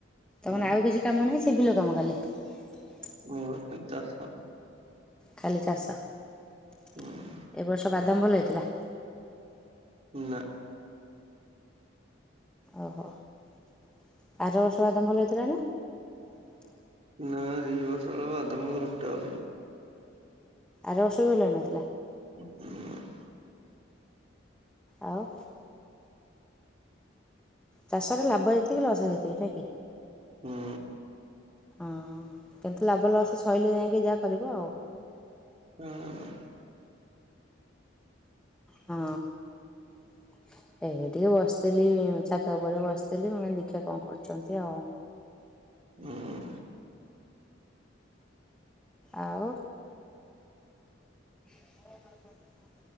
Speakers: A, on the right (about 35°); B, in the centre.
A: ହୁଁ
B: ତମର ଆଉ କିଛି କାମ ନାହିଁ। ସେ ବିଲ <unintelligible>
A: ମୋର ଖାଲି ଚାଷ।
B: ଖାଲି ଚାଷ। <inaudible>
A: ହୁଁ
B: ଏବ ବର୍ଷ ବାଦାମ ଭଲ ହେ ଥିଲା। <inaudible>
A: ନା।
B: ଓହୋ <inaudible> ଆର ବର୍ଷ ବାଦାମ ଭଲ ହେଇଥିଲା ନା? <inaudible>
A: ନା ଦି ବର୍ଷ ହେଲା ବାଦାମ ଭଟା ହଉଚି।
B: ଆର ବର୍ଷ ବି ଭଲ ହେଇନଥିଲା?
A: <inaudible>
B: ଆଉ ଚାଷରେ ଲାଭ ଯେତିକି ଲସ୍ ସେତିକି ନୁହେଁ କି?
A: ହୁଁ।
B: ହୁଁ କିନ୍ତୁ ଲାଭ ଲସ ଶହିଲେ ଯାଇକି ଯାହା କରିବ ଆଉ।
A: ହଁ।
B: ହଁ <inaudible> ଏ ଟିକେ ବସିଥିଲି ଛାତ ଉପରେ ବସିଥିଲି ମୁଁ କହିଲି ଦେଖିଆ କଣ କରୁଛନ୍ତି ଆଉ
A: ହୁଁ।
B: ଆଉ <inaudible>